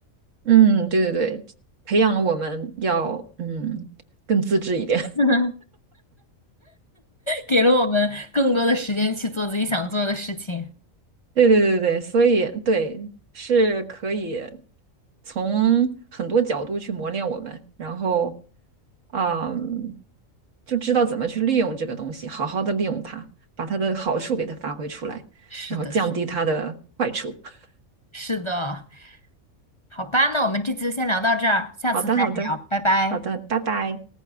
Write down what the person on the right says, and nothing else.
嗯，对对对，培养了我们要嗯更自制一点。
对对对对，所以对是可以从很多角度去磨练我们，然后，嗯，就知道怎么去利用这个东西，好好的利用它，把它的好处给它发挥出来，
然后降低它的坏处。
<laughs>
好的，好的，
好的，拜拜。